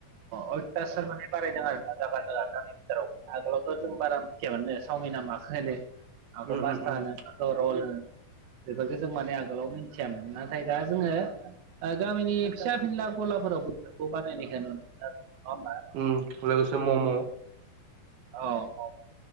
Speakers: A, on the right; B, on the right.
A: अयथासार माने बारायदों आरो जागा जागा आगोलावथ' जों बारा मिथियामोन चावमिना माखौ होनो माखौ
B: उम
A: पासता
B: उम उम
A: होनो रलनो बेफोरखौ जों माने आगोलाव मिथियामोन नाथाय दा जोङो गामिनि फिसा फिनला गलाफोराव बेफोरखौ बानायनायखौ नुनो मोनो आरो नङा होनबा
B: उम लोगोसे मम'
A: औ औ